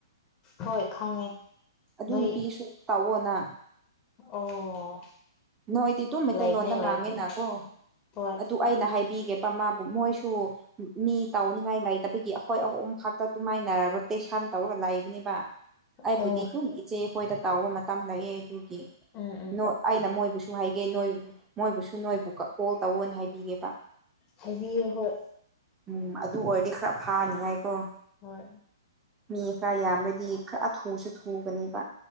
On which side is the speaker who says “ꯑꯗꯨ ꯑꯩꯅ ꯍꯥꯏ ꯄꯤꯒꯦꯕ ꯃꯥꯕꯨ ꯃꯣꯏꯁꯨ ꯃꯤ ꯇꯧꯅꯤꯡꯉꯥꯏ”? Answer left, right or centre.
Right